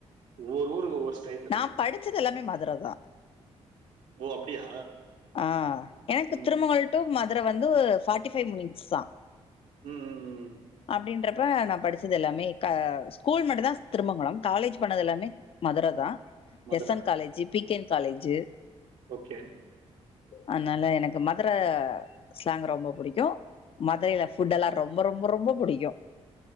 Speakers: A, on the right (about 90°); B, on the left (about 50°).
A: ஒவ்வொரு ஊருக்கு ஒவ்வொரு ஸ்டைல் இருக்கு
B: நான் படிச்சது எல்லாமே மதுர தா
A: ஓ அப்டியா
B: ஆ எனக்கு
A: ம்.
B: திருமங்கல் டு மதுரை வந்து ஃபாட்டி ஃபை மினிட்ஸ் தா
A: ம் ம் ம்.
B: அப்டின்றப் ப்ப நா படிச்சது எல்லாமே கா ஸ்கூல் மட்டு தா திருமங்கலம் காலேஜ் பண்ணது எல்லாமே மதுரை தா
A: மதுர.
B: எஸ் என் காலேஜு பி கே என் காலேஜு
A: ஓகே
B: அதனால எனக்கு மதுர ஸ்லாங் ரொம்ப புடிக்கு மதுரையில ஃபுட்டெல்லா ரொம்ப ரொம்ப ரொம்ப புடிக்கு